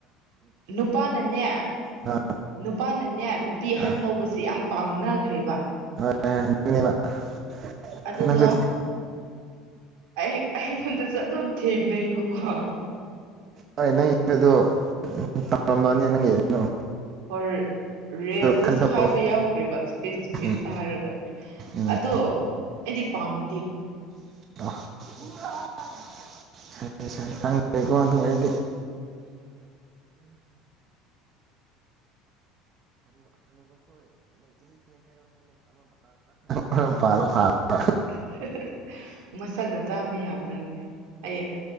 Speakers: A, on the right; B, on the right.
A: ꯅꯨꯄꯥꯅꯅꯦ
B: ꯑ
A: ꯅꯨꯄꯥꯅꯅꯦ ꯅꯨꯄꯤ ꯑꯍꯟ
B: ꯑ
A: ꯂꯧꯕꯁꯦ ꯌꯥꯝ ꯄꯥꯝꯅꯈ꯭ꯔꯦꯕ
B: <unintelligible>
A: ꯑꯗꯨꯗꯣ
B: ꯅꯪꯁꯨ
A: ꯑꯩ ꯑꯩꯉꯣꯟꯗꯁꯨ ꯑꯗꯨꯝ ꯊꯦꯡꯅꯩ <unintelligible>
B: ꯍꯣꯏ ꯅꯪꯒꯤ ꯗꯤ ꯑꯗꯣ ꯇꯞꯂꯝꯃꯅꯤ ꯅꯪꯒꯤ ꯑꯗꯣ
A: ꯔꯔ ꯔꯤꯌꯦꯜꯗꯁꯨ
B: ꯈꯟꯊꯧ
A: ꯍꯥꯏꯕ ꯌꯥꯎꯈ꯭ꯔꯦꯕ ꯐꯦꯁ ꯇꯨ ꯐꯦꯁꯇ
B: ꯎꯝ
A: ꯍꯥꯏꯔꯒ
B: ꯎꯝ
A: ꯑꯗꯣ ꯑꯩꯗꯤ ꯄꯥꯝꯗꯦ
B: <unintelligible> ꯈꯪꯗ꯭ꯔꯦꯀꯣ ꯑꯗꯨ ꯑꯩꯗꯤ ꯎꯝ <unintelligible>
A: ꯍꯍ ꯍ ꯍ ꯍ ꯃꯁꯛꯅ ꯆꯥꯕ ꯌꯥꯕ꯭ꯔꯥꯅꯦ ꯑꯩ